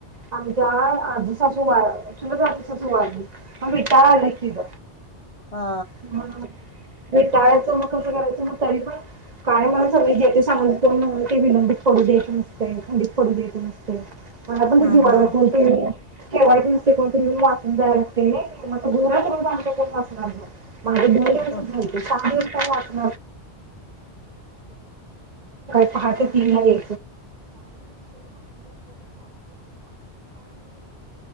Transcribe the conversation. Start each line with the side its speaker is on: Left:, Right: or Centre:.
Right: आमच्या आजू सासू वार चुलत आजासूसू वारल्या मग विटालं कीग.
Left: हा
Right: हम्म विटाळ्याच मग कसं करायच. मग तरीपण काय मानस बई गेली <unintelligible> सगळी जे ते सांगतो म ते विनंडीत पडूद्यायचं नसते, थंडीत पडूद्यायचं नसते. मला आपण ते,
Left: हा
Right: <unintelligible> जीवाला
Left: हा
Right: कोणत्या वेळी. ठेवाय नुसते कोण तरी ऊन वाचून जायचं असते मग ते <unintelligible> आमच्या कोण वाचणार माझे दोन सच
Left: हो
Right: झालते सहा दिवस <unintelligible> <unintelligible> <unintelligible> नाही टाळबिटाळ